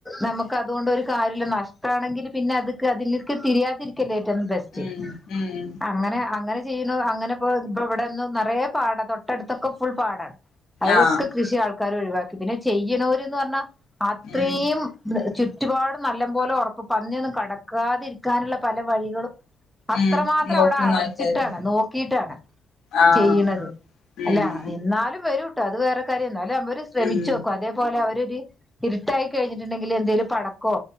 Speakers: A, in the centre; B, on the left.
A: നമുക്ക് അതുകൊണ്ടൊരു കാര്യല്ല നഷ്ടാണെങ്കിൽ പിന്നെ അത്ക്ക് അതില്ക്ക് തിരിയാതിരിക്കല്ലേ ഏറ്റോ ബെ സ്റ്റ്
B: ഉം ഉം
A: അങ്ങനെ അങ്ങനെ ചെയ്യുണു അങ്ങനെ പോ ഇപ്പോ ഇവിടെന്ന് നെറേ പാടാ തൊട്ടടുത്തൊക്കെ ഫുൾ പാടാണ് അയിലൊക്കെ
B: ആഹ്
A: കൃഷി ആൾക്കാര് ഒഴിവാക്കി. പിന്നെ ചെയ്യ്ണോര്ന്ന് പറഞ്ഞാ അ ത്രീം
B: ഉം
A: ചു റ്റുപാട് നല്ലംമ്പോലെ ഒറപ്പും പന്നിയൊന്നും കടക്കാതിരിക്കാനുള്ള പല വഴികളും അത്രമാത്രം
B: ഉം നോക്കുന്ന
A: അവിടെ അടച്ചിട്ടാണ്.
B: ആൾക്കാര്
A: നോക്കീട്ടാണ്.
B: ആഹ്
A: ചെയ്യ്ണത്.
B: ഉം
A: അല്ല എന്നാലും വെരും ട്ടോ. അത് വേറെ കാര്യം എന്നാലും അമ്മോര് ശ്രമിച്ചോക്കും.
B: ഉം
A: അതേപോലെ അവരൊരരി ട്ടായി കഴിഞ്ഞിട്ടുണ്ടെങ്കിൽ എന്തെങ്കിലും പടക്കോ